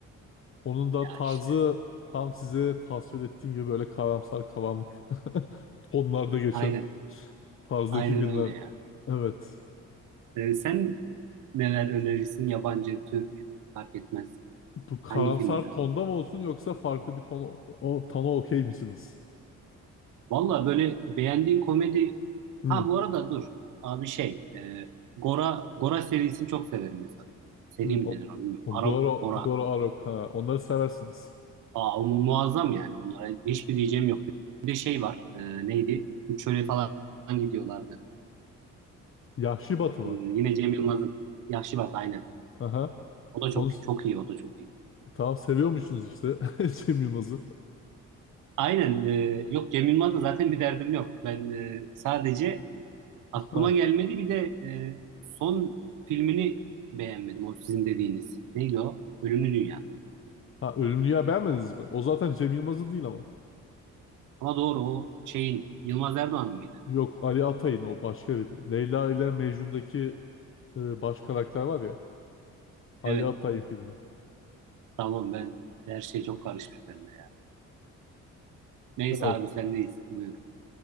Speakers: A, on the left; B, on the right.
A: Onun da
B: Ya
A: tarzı
B: işte
A: tam size tasvir ettiğim gibi böyle karamsar karanlık <laughs> tonlarda geçen
B: aynen.
A: tarzdaki
B: Aynen
A: filmler.
B: öyle ya.
A: Evet.
B: E, sen neler önerirsin? Yabancı, Türk fark etmez.
A: Bu karamsar
B: Hangi filmleri?
A: tonda mı olsun yoksa farklı bir ton o tona okey misiniz?
B: Valla böyle beğendiğin komedi
A: Hı,
B: ha bu arada dur. Abi şey e, Gora Gora serisini çok severim mesela. Seri
A: hı,
B: mi
A: o,
B: denir onu bilmiyorum.
A: o
B: Arok
A: Goro
B: Gora.
A: Goro Arok ha onları seversiniz.
B: Aa, mu- muazzam yani. Onlara hiçbir diyeceğim yok. Bir de şey var. E, neydi? Uçöre falan gidiyorlardı.
A: Yahşi Batı mı?
B: E, yine Cem Yılmaz'ın Yahşi Batı aynen.
A: Aha.
B: O da çok
A: Onu s-
B: çok iyi, o da çok iyi.
A: e, tamam seviyormuşsunuz işte <laughs> Cem Yılmaz'ı.
B: Aynen. e, yok Cem Yılmaz'la zaten bir derdim yok. Ben e, sadece aklıma
A: Ha.
B: gelmedi. Bir de e, son filmini beğenmedim. O sizin dediğiniz. Neydi o? Ölümlü Dünya.
A: Ha Ölümlü Dünya beğenmediniz mi? O zaten Cem Yılmaz'ın değil ama.
B: Ama doğru o şeyin Yılmaz Erdoğan mıydı?
A: Yok Ali Atay'ın o başka bir. Leyla ile Mecnun'daki e, baş karakter var ya. Ali
B: Evet.
A: Atay'ın filmi.
B: Tamam ben her şey çok karışmış bende ya. Neyse
A: Evet.
B: abi sendeyiz. Buyur.